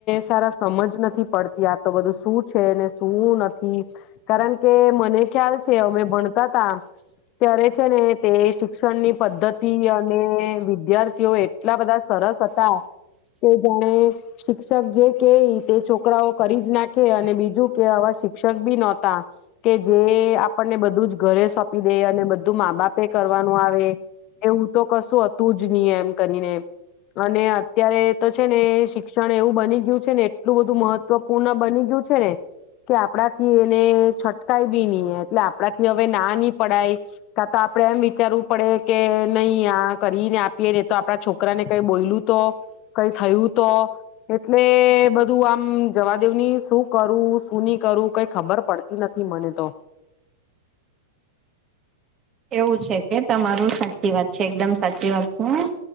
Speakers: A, on the left; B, on the right.
A: સારા સમજ નથી પડતી આ તો બધું શું છે, ને શું નથી કારણ કે મને ખ્યાલ છે, અમે ભણતા હતા ત્યારે છે, ને તે શિક્ષણની પદ્ધતિ અને વિદ્યાર્થી તેઓ એટલા બધા સરસ હતા, કે જાણે શિક્ષક જે કે તે છોકરાઓ કરી જ નાખે અને બીજું કે આવા શિક્ષક બી નહોતા કે જે જે આપણને બધું જ ઘરે સોંપી દે અને બધું મા બાપે કરવાનું આવે એવું તો કશું હતું જ નહી એમ કરીને અને અત્યારે તો છે, ને શિક્ષણ એવું બની ગયું છે, ને એટલું બધું મહત્વપૂર્ણ બની ગયું છે, ને કે આપણા થી એને છટ કઈ બી નહી એટલે આપડા થી હવે ના ની પડાય કાં તો આપણેે એમ વિચારવું પડે કે નહી આ કરીને આપીએ ને તો આપણા છોકરાને કઈ બોયલું તો કઈ થયું તો એટલે બધું આમ જવાદેવની શું કરું શું નહી કરું કઈ ખબર પડતી નથી મને તો.
B: એવું છે, કે તમારું સાચી વાત છે, એકદમ સાચી વાત છે,